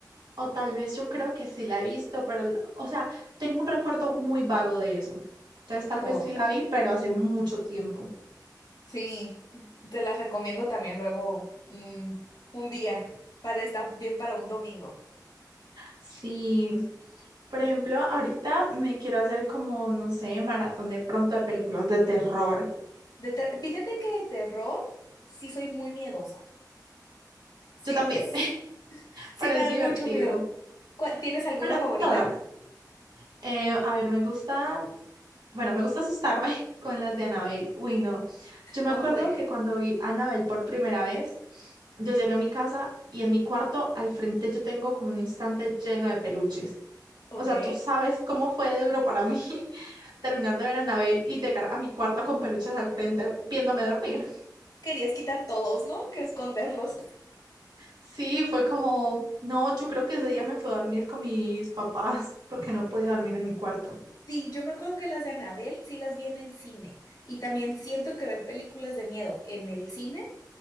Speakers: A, on the right; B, on the left.
A: o tal vez yo creo que sí la he visto, pero, la- o sea, tengo un recuerdo muy vago de eso. Entonces tal vez
B: oh.
A: sí la vi, pero hace mucho tiempo.
B: Sí, te las recomiendo también luego un, un día para estar bien para un domingo.
A: Sí, por ejemplo, ahorita me quiero hacer como, no sé, maratón de pronto de películas de terror.
B: De ter- Fíjate que de terror sí soy muy miedosa. Sí,
A: Yo también.
B: es- sí
A: pero
B: me
A: es
B: dan
A: divertido.
B: mucho miedo. ¿Cuál- ¿Tienes alguna
A: Pero
B: favorita?
A: todas. Eh, a ver, me gustan, bueno, me gusta asustarme <laughs> con las de Anabel. Uy, no. Yo me
B: Oye,
A: acuerdo que cuando vi a Anabel por primera vez, yo llegué a mi casa y en mi cuarto al frente yo tengo como un instante lleno de peluches.
B: ok.
A: O sea, tú sabes cómo fue de duro para mí <laughs> terminar de ver a Anabel y llegar a mi cuarto con peluches al frente viéndome dormir.
B: Querías quitar todos, ¿no? Que esconderlos.
A: Sí, fue como, no, yo creo que ese día me fui a dormir con mis papás porque no podía dormir en mi cuarto.
B: Sí, yo me acuerdo que las de Anabel sí las vi en el cine. Y también siento que ver películas de miedo en el cine